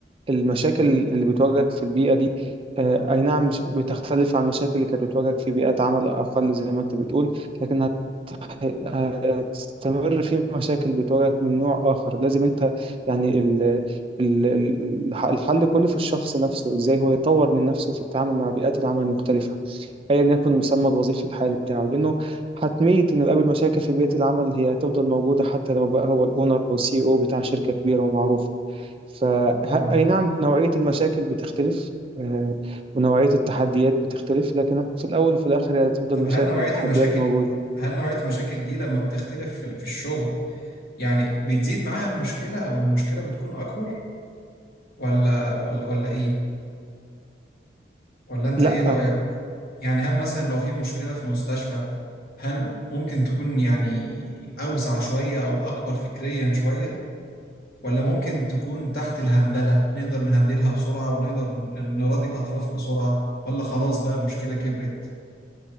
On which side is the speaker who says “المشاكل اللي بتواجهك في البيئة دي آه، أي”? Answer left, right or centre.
Right